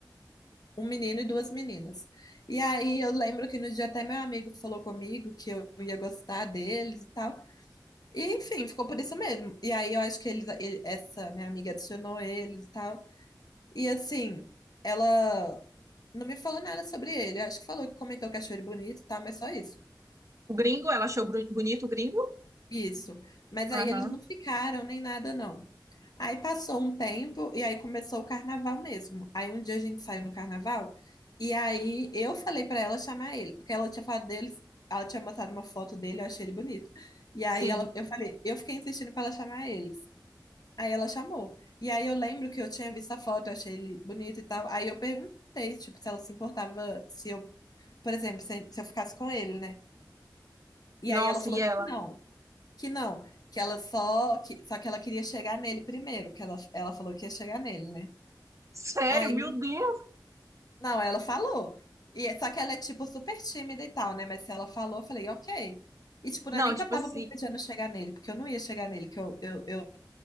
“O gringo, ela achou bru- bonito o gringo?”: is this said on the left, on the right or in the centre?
Right